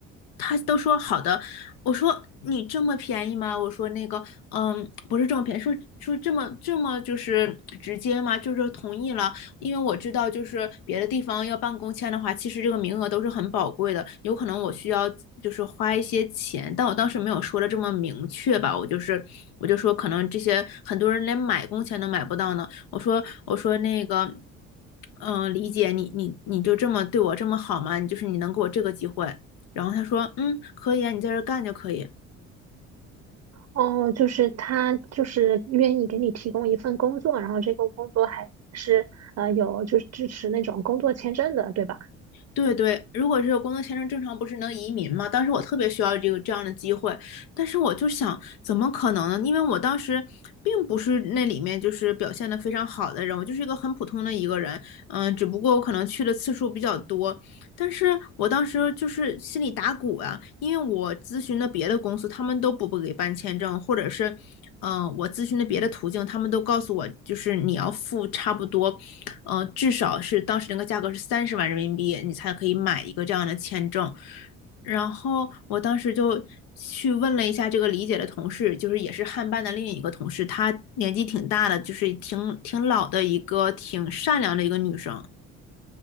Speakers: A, on the left; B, on the right.
A: 他都说好的，我说你这么便宜吗？我说那个，嗯，不是这么便宜，说说这么这么就是直接吗？就是同意了。因为我知道就是别的地方要办公签的话，其实这个名额都是很宝贵的，有可能我需要就是花一些钱，但我当时没有说的这么明确吧，我就是我就说可能这些很多人连买工签都买不到呢，我说我说那个。嗯，李姐，你，你你就这么对我这么好吗？你就是你能给我这个机会，然后他说，嗯，可以啊，你在这儿干就可以。
B: 哦，就是他就是愿意给你提供一份工作，然后这个工作还是呃有就是支持那种工作签证的，对吧？
A: 对对，如果这个工作签证，正常不是能移民吗？当时我特别需要这个这样的机会，但是我就想，怎么可能呢？因为我当时并不是那里面就是表现的非常好的人，我就是一个很普通的一个人，嗯，只不过我可能去的次数比较多，但是我当时就是心里打鼓啊，因为我咨询的别的公司，他们都不不给办签证，或者是嗯、呃我咨询的别的途径，他们都告诉我，就是你要付差不多，嗯，至少是当时那个价格是三十万人民币，你才可以买一个这样的签证。然后我当时就去问了一下这个李姐的同事，就是也是汉办的另一个同事，她年纪挺大的，就是挺挺老的一个挺善良的一个女生。